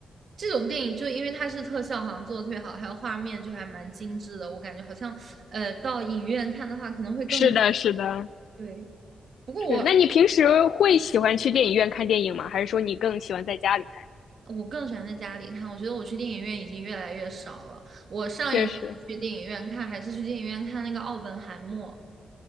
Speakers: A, on the right; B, on the left.
A: 这种电影，就因为它是特效，好像做的特别好，还有画面就还蛮精致的。我感觉好像，呃，到影院看的话可能会更
B: 是的，是的，
A: 对。不过我
B: 是。那你平时会喜欢去电影院看电影吗？还是说你更喜欢在家里看？
A: 我更喜欢在家里看，我觉得我去电影院已经越来越少了。我上一次去电影院看还是去电影院看那个《奥本海默》，
B: 确实，